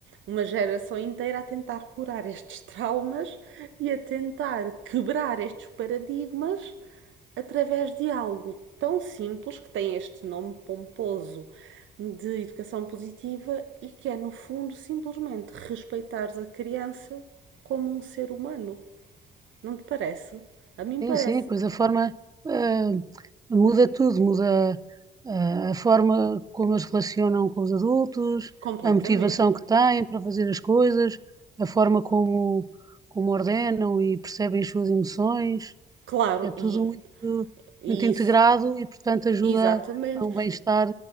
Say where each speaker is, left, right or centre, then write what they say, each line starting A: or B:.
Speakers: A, on the right (about 75°); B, on the right (about 20°).
A: uma geração inteira a tentar curar estes traumas e a tentar quebrar estes paradigmas através de algo tão simples, que tem este nome pomposo de educação positiva e que é, no fundo, simplesmente respeitares a criança como um ser humano. Não te parece? A mim
B: Sim,
A: parece.
B: sim, pois a forma eh, muda tudo, muda eh, a forma como eles se relacionam com os adultos,
A: Completamente.
B: a motivação que têm para fazer as coisas, a forma como, como ordenam e percebem as suas emoções,
A: Claro,
B: é tudo
A: e,
B: muito,
A: e
B: muito integrado
A: isso.
B: e, portanto, ajuda
A: Exatamente,
B: a um bem-estar.